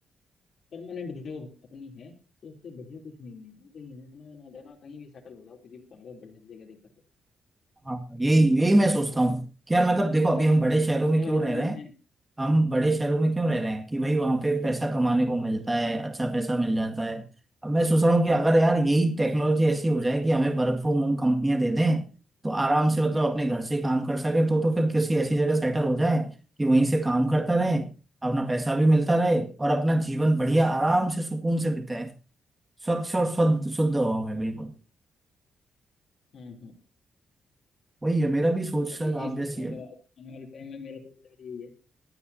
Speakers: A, on the left; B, on the right.
A: परमानेंट जॉब अपनी है तो उससे बढ़िया कुछ नहीं है हम कहीं आना ना जाना कहीं भी सेटल हो जाओ किसी भी पहाड़ पर बढ़िया सी जगह देख करके
B: हाँ यही यही मैं सोचता
A: अपना
B: हूँ कि यार मतलब
A: छह
B: देखो अभी
A: महीने
B: हम बड़े शहरों में
A: छह
B: क्यों
A: महीने
B: रह रहे हैं
A: में
B: हम बड़े शहरों में क्यों
A: हम्म
B: रह रहे हैं कि भाई वहां पे पैसा कमाने को मिलता है अच्छा पैसा मिल जाता है अब मैं सोच रहा हूँ कि अगर यार यही टेक्नोलॉजी ऐसी हो जाए कि हमें वर्क फ्रॉम होम कंपनियां दे दें तो आराम से मतलब अपने घर से ही काम कर सके तो तो फिर किसी ऐसी जगह सेटल हो जाए कि वहीं से काम करता रहे अपना पैसा भी मिलता रहे और अपना जीवन बढ़िया आराम से सुकून से बिताए स्वच्छ और शुद्ध शुद्ध हवा में बिल्कुल
A: हम्म हम्म
B: वही है मेरा भी सोच
A: मैं
B: सर
A: तो यही
B: आप
A: सोच
B: जैसी
A: रहा
B: है
A: हूँ सर आने वाले टाइम में मेरा तो विचार यही है